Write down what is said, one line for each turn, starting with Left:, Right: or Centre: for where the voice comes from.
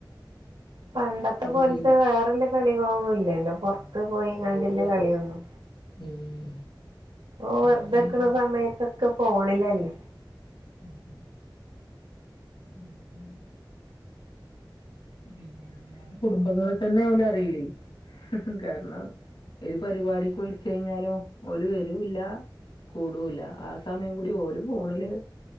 Right: പണ്ടത്തെ
Left: അങ്ങനത്തൊരിതില്ല
Right: പോലത്തെ വേറൊല്ല കളികളൊന്നും ഇല്ല വല്ലോം
Left: ആഹ്
Right: പൊറത്ത് പോയിങ്ങാണ്ട്ള്ള
Left: കളികളും അറിയില്ല
Right: കളിയൊന്നും
Left: ഉം
Right: ഓഹ് വെറുതേക്ക്ണ്
Left: ഓരീന്ന്
Right: സമയത്തൊക്കെ ഫോണിലല്ലേ?
Left: ഉം ഉം ഉം ഉം പിന്നേ അവനോന്റെ കുടുംബങ്ങളെ തന്നെ ഓല് അറിയില്ലേ കാരണം ഒരു പരിപാടിക്ക് വിളിച്ചഴിഞ്ഞാലും ഓല് വരൂല്ല കൂടൂല്ല. ആ സമയം കൂടി ഓല് ഫോണില്